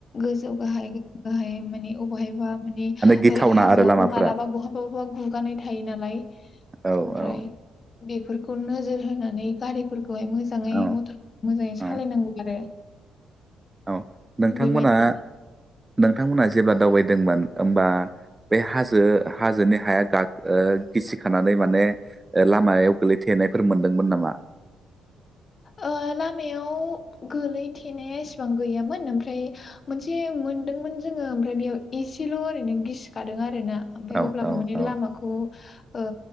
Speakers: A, on the left; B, on the right.
A: गोजौ गाहाय गाहाय माने अबेहायबा माने
B: गिथावना
A: ओरै हाजोआबो
B: आरो लामाफोरा
A: मालाबा बहाबा बबा गु गुगानाय थायो नालाय
B: औ
A: ओमफ्राय
B: औ
A: बेफोरखौ नोजोर होनानै गारिफोरखौ खौहाय मोजाङै
B: औ
A: मथर मोजाङै
B: औ
A: सालायनांगौ आरो
B: औ नोंथांमोना
A: बेबायदि
B: नोंथांमोनहा जेब्ला दावबायदोंमोन ओमबा बे हाजो हाजोनि हाया गा गिसिखानानै माने लामायाव गोलैथेनायफोर मोनदोंमोन नामा
A: ओ लामायाव गोलैथेनाया एसेबां गैयामोन ओमफ्राय मोनसे मोनदोंमोन जोङो ओमफ्राय बेयाव एसेल ओरैनो गिसिखादों आरो ना ओमफ्राय
B: औ
A: अब्लाबो
B: औ
A: माने
B: औ
A: लामाखौ ओ